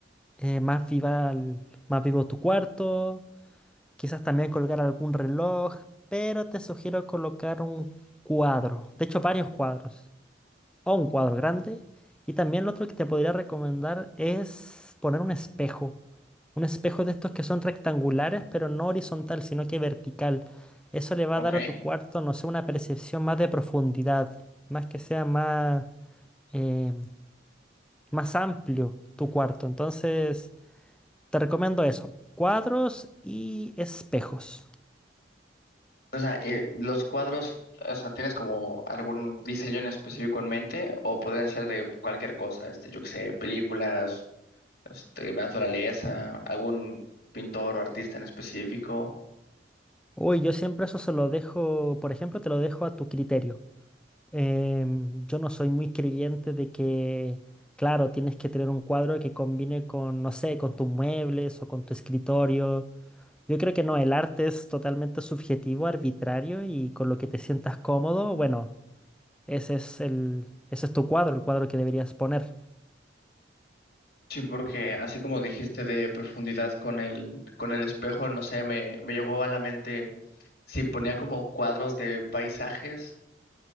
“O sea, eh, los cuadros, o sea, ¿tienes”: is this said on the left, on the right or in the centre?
Left